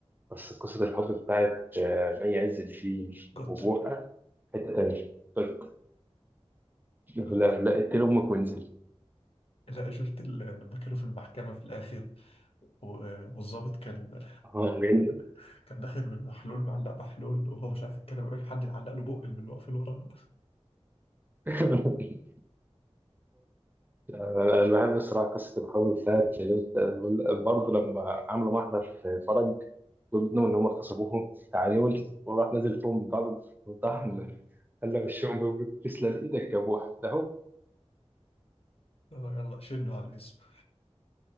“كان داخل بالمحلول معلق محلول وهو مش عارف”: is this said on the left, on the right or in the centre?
Left